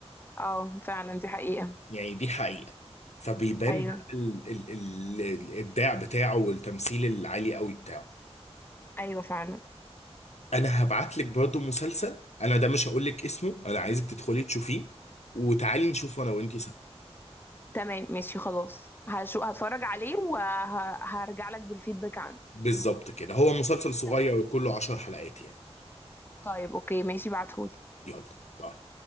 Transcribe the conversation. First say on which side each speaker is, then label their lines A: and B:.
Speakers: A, on the left; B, on the left.
A: اه فعلا دي حقيقة
B: يعني دي حقيقة فبيبان
A: أيوه
B: بقى ال... ال... ال... الابداع بتاعه والتمثيل العالي قوي بتاعه
A: أيوه فعلا
B: انا هبعت لك برضه مسلسل انا ده مش هقول لك اسمه انا عايزك تدخلي تشوفيه وتعالي نشوف انا وانتي سوا
A: تمام ماشي خلاص هشو هتفرج عليه وهرجع لك بالفيدباك عنه
B: بالظبط كده هو مسلسل صغير
A: تمام
B: وكله 10 حلقات يعني
A: طيب اوكي ماشي بعتهولي
B: يلا باي